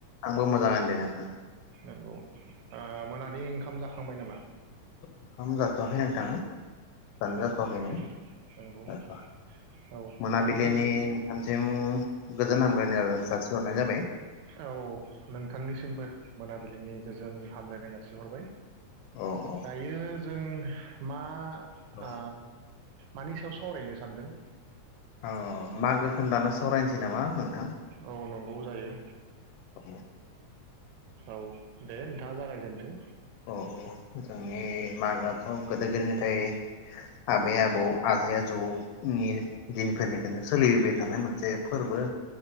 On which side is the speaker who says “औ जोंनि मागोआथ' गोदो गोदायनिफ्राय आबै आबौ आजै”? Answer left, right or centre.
Left